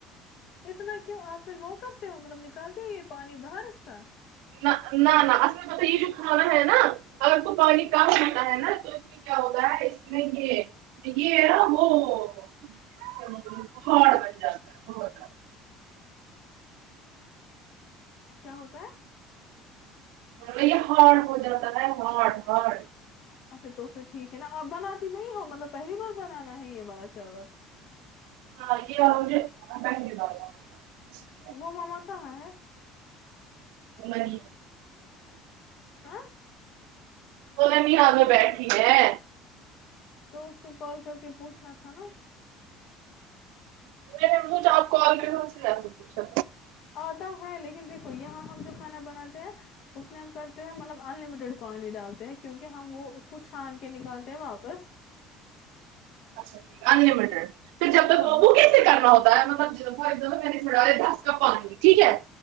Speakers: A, on the left; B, on the right.
A: اتنا کیوں آپ پھر وہ کرتے ہو مطلب نکالتے ہو یہ پانی باہر اس کا
B: نہ نہ نہ اصل پتا یہ جو کھانا ہے نا اگر کو پانی کم ہوتا ہے نا تو کیا ہوتا ہے اس میں یہ یہ نا وہ کیا بولتے ہے اسکو ہارڈ بن جاتا ہے ہارڈ
A: کیا ہوتا ہے
B: میں بولی ہارڈ ہو جاتا ہے ہارڈ ہارڈ
A: اچھا تو پھر ٹھیک ہے نا آپ بناتی نہیں ہو مطلب پہلی بار بنانا ہے یہ والا چاول
B: ہاں یہے با <unintelligible>
A: وہ ماما کہاں ہے
B: منی
A: ہاں
B: تو نے بھی آاں میں بیٹھی ہے
A: تو اس کو کال کر کے پوچھنا تھا نا
B: ھ آپ کال کر اس سے جا س پچھا
A: آتا ہے لیکن دیکھو یہاں ہم جو کھانا بناتے ہیں اس میں ہم کرتے ہیں مطلب ان لمیٹیڈ پانی ڈالتے ہیں کیونکہ ہم وہ اس کو چھان کے نکالتے ہیں واپس
B: اچھا ٹھیک انٹیڈ پ جب تک
A: ہاں
B: وہ کیسے کرنا ہوتا ہے مطلب فار ایگزامپل میں نے چڑا رہے دس کپانانی ٹھیک ہے